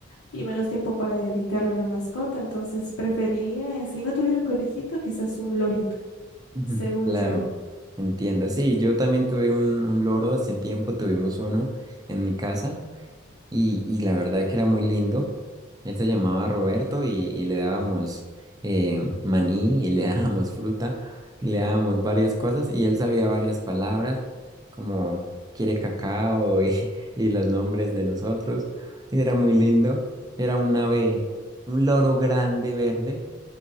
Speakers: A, on the left (about 85°); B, on the right (about 15°).
A: y menos tiempo para dedicarle a una mascota, entonces preferiría, eh, si no tuviera un conejito, quizás un lorito
B: Ujú.
A: según
B: Claro,
A: yo.
B: entiendo. Sí, yo también tuve un, un loro, hace tiempo tuvimos uno en mi casa. y, y la verdad que era muy lindo. Él se llamaba Roberto y, y le dábamos eh, maní y le <laughs> dábamos fruta y le dábamos varias cosas y él sabía varias palabras como quiere cacao y, <laughs> y los nombres de nosotros. Y era muy lindo. Era un ave, un loro grande verde.